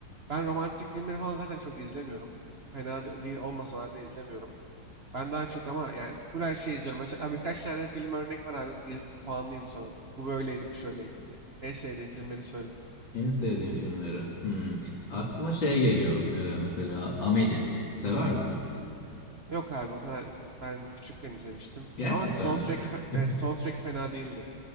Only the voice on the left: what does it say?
En sevdiğim filmleri. Hmm. Aklıma şey geliyor. e, mesela Amelie. Sever misin?
Gerçekten
mi?
<laughs>